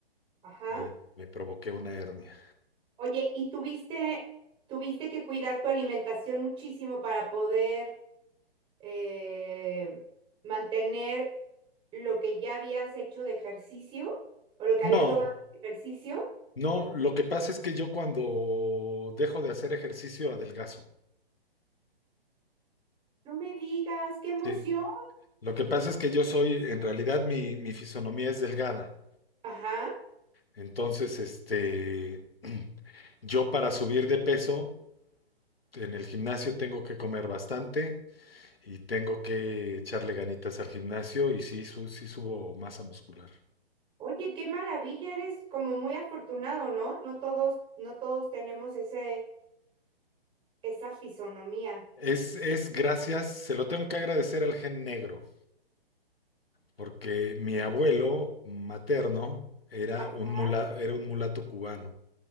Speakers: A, on the right; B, on the left.
A: Ajá.
B: y me provoqué una hernia.
A: Oye, ¿y tuviste, tuviste que cuidar tu alimentación muchísimo para poder eh, mantener lo que ya habías hecho de ejercicio o lo que
B: No,
A: habías logrado de ejercicio.
B: no, lo que pasa es que yo cuando dejo de hacer ejercicio adelgazo.
A: No me digas, qué emoción.
B: Sí, Lo que pasa es que yo soy, en realidad mi, mi fisonomía es delgada.
A: Ajá.
B: Entonces, este, <clears throat> yo para subir de peso en el gimnasio tengo que comer bastante y tengo que echarle ganitas al gimnasio y sí, su- sí subo masa muscular.
A: Oye, qué maravilla, eres como muy afortunado, ¿no? No todos, no todos tenemos ese, esa fisonomía.
B: Es, es gracias, se lo tengo que agradecer al gen negro, porque mi abuelo materno era
A: Ajá.
B: un mula- era un mulato cubano.